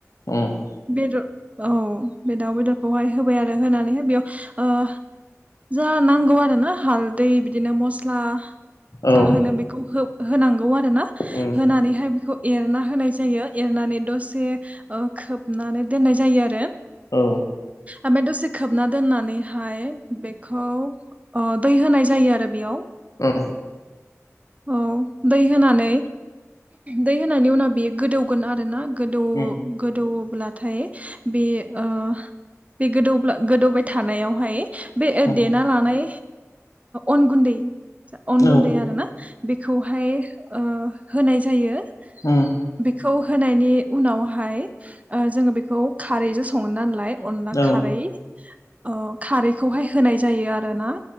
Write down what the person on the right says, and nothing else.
बे औ बे दाउ बेदरखौहाय होबाय आरो होनानैहाय बेयाव जा नांगौ आरो ना हालदै बिदिनो मस्ला
जा होनोनो बेखौ होनांगौ आरो ना
होनानैहाय बेखौ एरना होनाय जायो एरनानै दसे ओ खोबनानै दोननाय जायो आरो
ओमफ्राय दसे खोबना दोननानैहाय बेखौ दै होनाय जायो आरो बेयाव
औ दै होनानै दै होनायनि उनाव बेयो गोदौगोन आरोना गोदौ
गोदौओब्लाथाय बे आ बे गोदौ गोदौबाय थानायावहाय बे
देना लानाय अन गुन्दै अन
गुन्दै आरोना बेखौ हाय ओ होनाय जायो
बेखौ होनायनि उनावहाय ओ जोङो बेखौ खारैजों सङो नालाय अनला
खारै अ खारैखौहाय होनाय जायो आरो ना